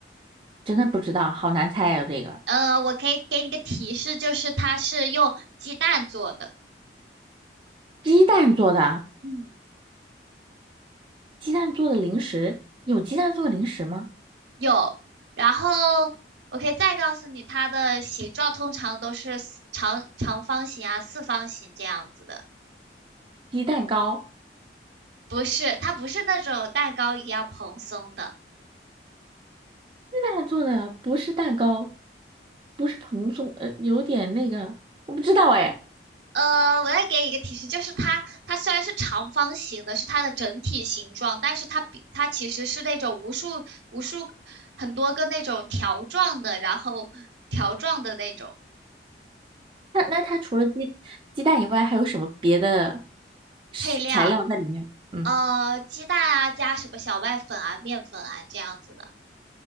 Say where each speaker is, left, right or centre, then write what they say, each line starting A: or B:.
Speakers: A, on the right (about 30°); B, on the right (about 80°).
A: 真的不知道，好难猜啊，这个
B: 呃，我可以给你个提示，就是它是用鸡蛋做的，
A: 鸡蛋做的，
B: 嗯。
A: 鸡蛋做的零食，有鸡蛋做的零食吗？
B: 有，然后我可以再告诉你，它的形状通常都是四长长方形啊、四方形这样子的，
A: 鸡蛋糕。
B: 不是，它不是那种蛋糕一样蓬松的。
A: 那做的不是蛋糕，不是蓬松，呃，有点那个，我不知道哎。
B: 呃，我再给你一个提示，就是它，它虽然是长方形的，是它的整体形状，但是它比它其实是那种无数无数很多个那种条状的，然后条状的那种
A: 那那它除了鸡鸡蛋以外，还有什么别的食材料在里面？
B: 配料，
A: 嗯，
B: 呃，鸡蛋啊，加什么小麦粉啊、面粉啊这样子的。